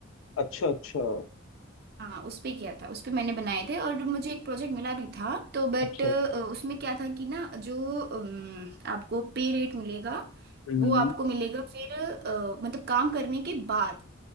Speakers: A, on the left; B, on the right.
A: अच्छा अच्छा
B: हाँ उस पे किया था उस पे मैंने बनाए थे और मुझे एक प्रोजेक्ट मिला भी था तो बट
A: अच्छा
B: उसमें क्या था कि ना जो अम, आपको पे रेट मिलेगा
A: हम्म
B: वो आपको मिलेगा फिर अ, मतलब काम करने के बाद